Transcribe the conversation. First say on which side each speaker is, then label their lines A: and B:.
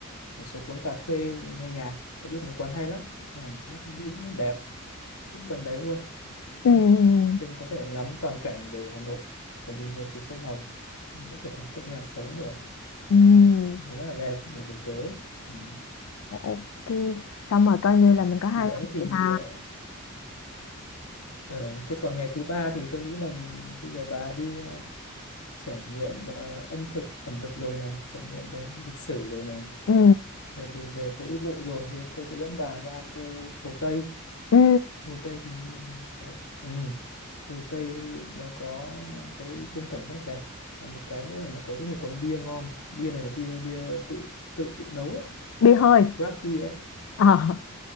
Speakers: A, on the left; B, on the left.
A: một số quán cà phê nghe nhạc tôi biết mấy quán hay lắm à, những cái view nó đẹp cũng gần đấy luôn Đấy.
B: ừ
A: trên có thể ngắm toàn cảnh về Hà Nội và nhìn về phía sông Hồng mình có thể thưởng thức nhạc sống được
B: ừ
A: nó rất là đẹp vào buổi tối ừ.
B: ok xong rồi coi như là mình có hai
A: thì đấy
B: ngày
A: thì
B: vậy ha
A: ờ, Ờ, thế còn ngày thứ ba thì tôi nghĩ là bây giờ bà đi ờ, trải nghiệm ờ, âm thực ẩm thực rồi này trải nghiệm về lịch sử rồi này
B: ừ
A: rồi thì về phố đi bộ rồi rồi tôi sẽ dẫn bà ra khu Hồ Tây
B: ừ
A: Hồ Tây thì nó, ừ, Hồ Tây nó có cái khung cảnh rất đẹp và một cái nữa là nó có rất nhiều quán bia ngon bia này là bia bia tự tự tự nấu ấy
B: bia hơi
A: craft bia ấy
B: <laughs> ờ